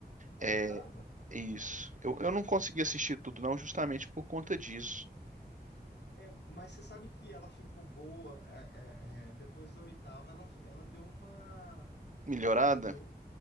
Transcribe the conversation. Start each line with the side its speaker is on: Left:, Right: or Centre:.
Left: A
Right: É
Left: oitava?
Right: isso. Eu, eu não consegui assistir tudo, não, justamente por conta disso.
Left: É, mas você sabe que ela ficou boa. é, é, é, depois da oitava, ela, ela deu uma.
Right: Melhorada?
Left: Ela deu